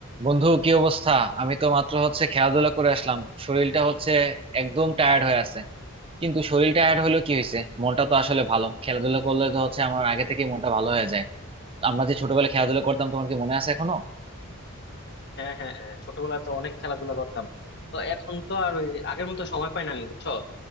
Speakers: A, on the right; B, on the left.
A: বন্ধু কি অবস্থা আমি তো মাত্র হচ্ছে খেলাধুলা করে আসলাম শরীরটা হচ্ছে একদম টায়ার্ড হয়ে আছে কিন্তু শরীর টায়ার্ড হলেও কি হয়েছে মনটা তো আসলে ভালো খেলাধুলা করলে তো হচ্ছে আমার আগে থেকে মনটা ভালো হয়ে যায় আমরা যে ছোটবেলায় খেলাধুলা করতাম তোমার কি মনে আছে এখনো
B: হ্যাঁ হ্যাঁ হ্যাঁ ছোটবেলায় তো অনেক খেলাধুলা করতাম তো এখন তো আর ওই আগের মতো সময় পাই না আমি বুঝছো